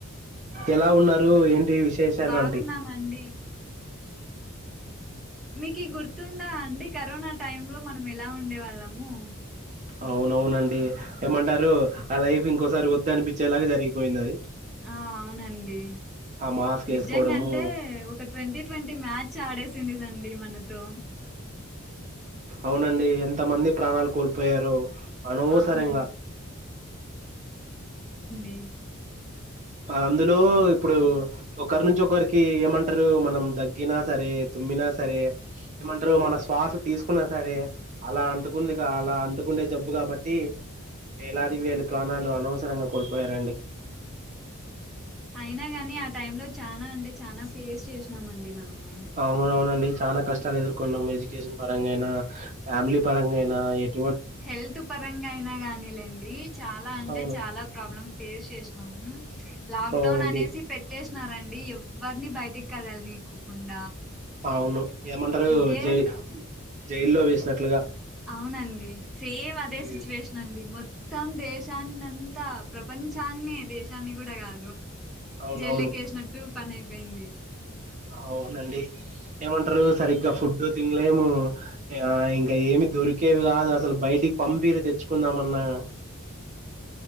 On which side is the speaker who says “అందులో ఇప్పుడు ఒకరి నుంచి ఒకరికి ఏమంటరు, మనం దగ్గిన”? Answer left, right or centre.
Right